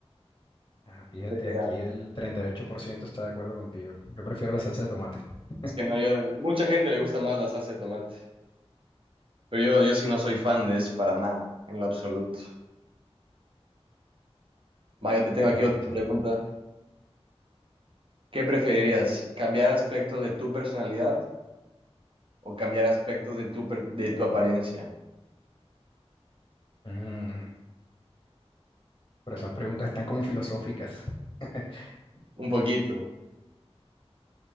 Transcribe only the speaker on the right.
Entonces, ya,
Es que no, yo, mucha gente le gusta más la salsa de tomate. Pero yo, yo sí no soy fan de eso para nada, en lo absoluto. Va, yo te tengo
aquí otra
pregunta. ¿Qué preferirías? ¿Cambiar aspectos de tu personalidad o cambiar aspectos de tu, per- de tu apariencia?
Un poquito.